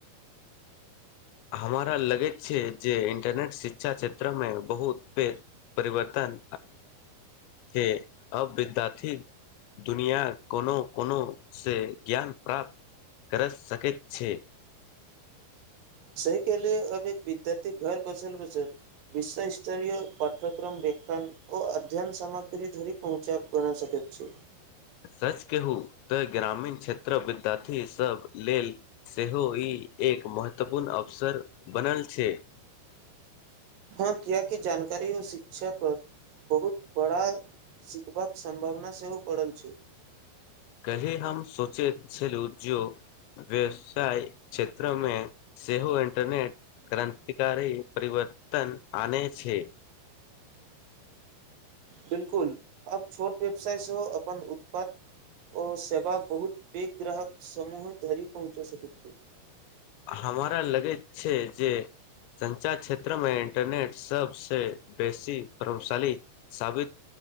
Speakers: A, on the left; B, on the right.
A: <inaudible> हमरा लगैत छै जे इंटरनेट शिक्षा क्षेत्रमे बहुते परिवर्तन से अबदा दुनिया कोनो कोनो से ज्ञान प्राप्त कर सकैत छैए
B: सहि के लेल अब एक विद्यार्थी घर बसल बसल विश्व स्तरीय पाठ्यक्रम व्यक्त ओ अध्ययन सामग्री धरी पहुँचब बना सकैत अछि
A: सच केहू तऽ ग्रामीण क्षेत्रक विद्यार्थी सब लेल सेहो ई एक महत्वपूर्ण अवसर बनल छैइ
B: किया कि जानकारी ओ शिक्षा पर बहुत बड़ा सीखबाक संभावना सेहो बढ़ल छै
A: कल्हि हम सोचेत छेलू जो व्यवसाय क्षेत्रमे सेहो इन्टरनेट क्रान्तिकारी परिवर्तन आनै छै
B: बिलकुल आब छोट व्यवसाय सेहो अपन उत्पाद ओ सेवा बहुत पैघ ग्राहक समूह धरि पहुँचा सकैत
A: हमरा लगैत छै जे संचार क्षेत्रमे इंटरनेट सबसे बेसी प्रभवशाली साबित